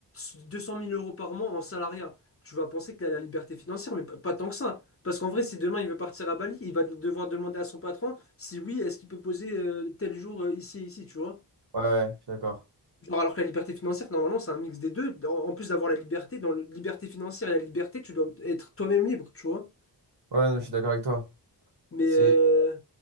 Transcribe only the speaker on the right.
Ouais, ouais, je suis d'accord.
Ouais, non, je suis d'accord avec toi.
C'est.